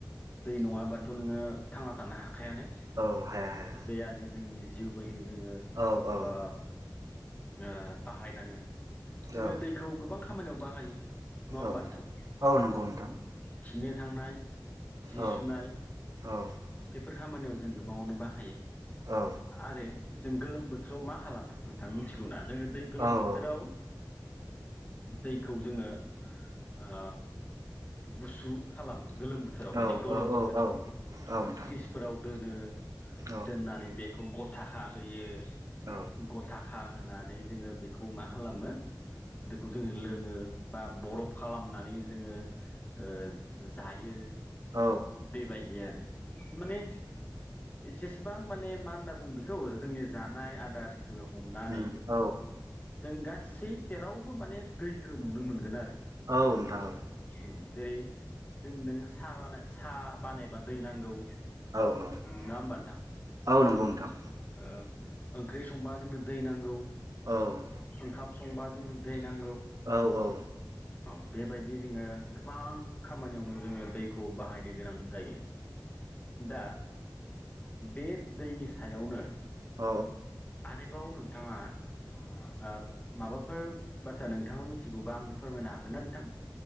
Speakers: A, on the left; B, on the right.
A: दै नङाबाथ' नोङो थांना थानो हा खायानो
B: औ हाया हाया
A: दैयानो जोंनि जिउ बायदि जोङो
B: औ औ
A: ओ ओ बाहायनांगोन जोङो
B: औ
A: दैखौ गोबां खामानियाव बाहायो नङा होमबा
B: औ
A: नोंथां
B: औ नंगौ नोंथां
A: खिनो थांनाय जि
B: औ
A: सुनाय
B: औ
A: बेफोर खामानियाव जो जों गोबाङावनो बाहायो।
B: औ
A: आरो जों गोलोम बोथोराव मा खालामो नोंथां मिथिगौना जोङो गोलोम
B: औ
A: बोथोराव
B: औ
A: दैखौ जोङो ओ गुसु खालामो गोलोम बोथोराव माने
B: औ
A: गरम
B: औ
A: बोथोराव
B: औ औ नोंथां
A: फ्रिजफोराव दोनो
B: औ
A: दोननानै बेखौ गथ' थाखा होयो
B: औ
A: गथाखा होनानै जोङो बेखौ मा खालामो बेखौ जोङो लोङो बा बरफ खालामनानै जोंङो ओ जायो
B: औ
A: बेबायदि आरो माने जेसेबां माने मा होनना बुं बेखौ जोंनि जानाय आदार जोङो हमनानै
B: उम औ
A: जों गासै जेरावबो माने दैखौ नुनो मोनगोन आरो
B: औ नोंथां औ
A: उम जेरै जों नो साहा बानाय साहा बानायबा दै नांगौ
B: औ औ
A: नङा होमबा नोंथां
B: औ नंगौ नोंथां
A: ओ ओंख्रि संबा जोंनो दै नांगौ
B: औ
A: ओंखाम संबा जोंनो दै नां
B: औ औ।
A: बेबायदि जोङो गोबां खामानियावनो जोङो दैखौ बाहायनो गोनां जायो। दा बे दैनि सायावनो।
B: औ
A: आरोबाव नों थांङा ओ माबाफोर बाथ्रा नोंथाङा मिथिगौबा आंनो फोरमायनो हागोन ना नोंथां?